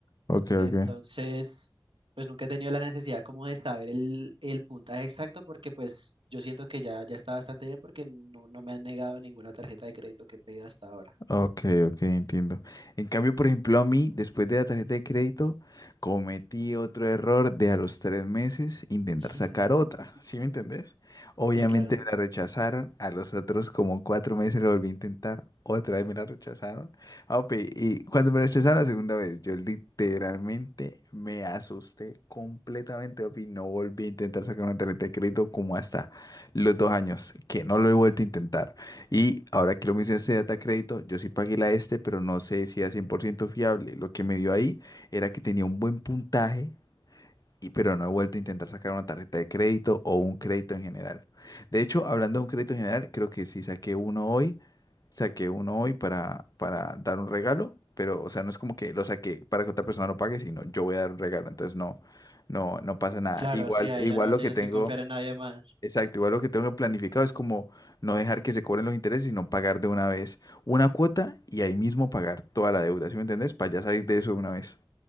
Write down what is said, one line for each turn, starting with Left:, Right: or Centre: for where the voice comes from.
Left: Ok, ok.
Right: Entonces, pues nunca he tenido la necesidad como de saber el, el puntaje exacto porque pues yo siento que ya, ya está bastante bien porque no, no me han negado ninguna tarjeta de crédito que he pedido hasta ahora.
Left: Ok, ok, entiendo. En cambio, por ejemplo, a mí, después de la tarjeta de crédito, cometí otro error de a los tres meses intentar
Right: <laughs>
Left: sacar otra, ¿sí me entendés? Obviamente
Right: Sí, claro.
Left: me la rechazaron, a los otros como cuatro meses lo volví a intentar, otra vez me la rechazaron. Ah, ok, y cuando me rechazaron la segunda vez, yo literalmente me asusté completamente, papi, no volví a intentar sacar una tarjeta de crédito como hasta los dos años, que no lo he vuelto a intentar. Y ahora que lo mencioné este data crédito, yo sí pagué la este, pero no sé si era 100% fiable. Lo que me dio ahí era que tenía un buen puntaje, y, pero no he vuelto a intentar sacar una tarjeta de crédito o un crédito en general. De hecho, hablando de un crédito en general, creo que sí saqué uno hoy, saqué uno hoy para, para dar un regalo, pero o sea, no es como que lo saqué para que otra persona lo pague, sino yo voy a dar un regalo, entonces no, no, no pasa nada.
Right: Claro,
Left: Igual,
Right: sí, ahí
Left: igual
Right: ya no
Left: lo
Right: tienes
Left: que tengo.
Right: que confiar en nadie más.
Left: Exacto, igual lo que tengo planificado es como no dejar que se cobren los intereses, sino pagar de una vez una cuota y ahí mismo pagar toda la deuda, ¿sí me entendés? Para ya salir de eso de una vez.